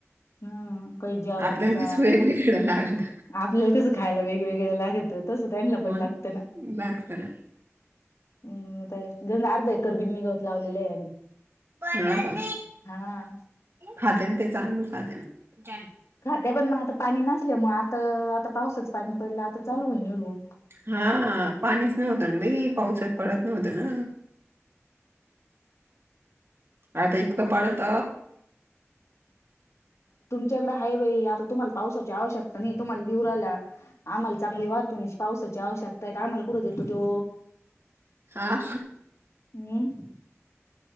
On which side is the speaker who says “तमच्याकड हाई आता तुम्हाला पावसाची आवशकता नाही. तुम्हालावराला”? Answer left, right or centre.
Left